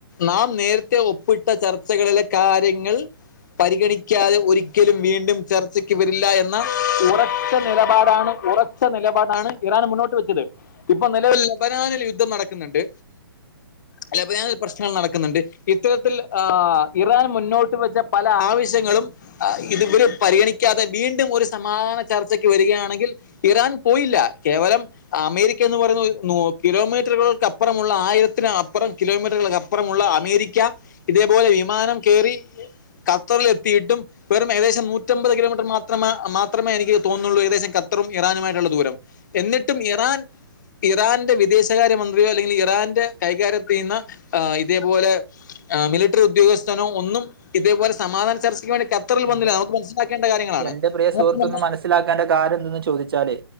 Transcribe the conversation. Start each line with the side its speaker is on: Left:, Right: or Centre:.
Left: നാം നേരത്തെ ഒപ്പിട്ട ചർച്ചകളിലെ കാര്യങ്ങൾ പരിഗണിക്കാതെ ഒരിക്കലും വീണ്ടും ചർച്ച വരില്ല എന്ന ഉറച്ച നിലപാട് ആണ് ഉറച്ച നിലപാടാണ് ഇറാൻ മുന്നോട്ട് വെച്ചത്. ഇപ്പൊ നിലവിൽ ലെബനാനിൽ യുദ്ധം നടക്കുന്നുണ്ട്. അല്ലെ ലെബനാനിൽ പ്രശ്നം നടക്കുന്നുണ്ട്. ഇത്തരത്തിൽ ഇറാൻ മുന്നോട്ട് വെച്ച പല ആവശ്യങ്ങളും ആ ഇത് ഇവര് പരിഗണി <unintelligible> വീണ്ടും ഒരു സമാധാന ചർച്ചയ്ക്ക് വരികയാണെങ്കിൽ ഇറാൻ പോയില്ല. കേവലം അമേരിക്ക എന്ന് പറയുന്നത് <unintelligible> കിലോമീറ്ററുകള്ക്കപ്പറമുള്ള ആയിരത്തിന് അപ്പറം കിലോ മീറ്ററുകൾക്ക് അപ്പറമുളള അമേരിക്ക ഇതേപോലെ വിമാനം കേറി ഖത്തറ്ല് എത്തിയിട്ടും വെറും ഏകദേശം നൂറ്റമ്പത് കിലോമീ മാത്രമേ മാത്രമേ എനിക്ക് തോന്നുന്നുള്ളൂ ഏകദേശം ഖത്തറും ഇറാനുമായിട്ടുള്ള ദൂരം എന്നിട്ടും ഇറാൻ ഇറാൻ ന്റെ വിദേശകാര്യ മന്ത്രിയോ അല്ലെങ്കിൽ ഇറാന്റെ കൈകാര്യം <unintelligible> ആഹ് ഇതേപോലെ! മിലിട്ടറി ഉദ്യോഗസ്ത്തനോ ഒന്നും ഇതേപോലെ സമാധാന ചർച്ചക്ക് വേണ്ടി ഖത്തറിൽ
Right: എന്റെ
Left: വന്നില്ല. നമുക്ക് മനസ്സിലാക്കേണ്ട <unintelligible> കാര്യങ്ങളാണ്
Right: എന്റെ പ്രിയ
Left: <unintelligible>
Right: സുഹൃത്തൊന്ന് മനസ്സിലാക്കേണ്ട കാരണം എന്തെന്ന് ചോദിച്ചാല്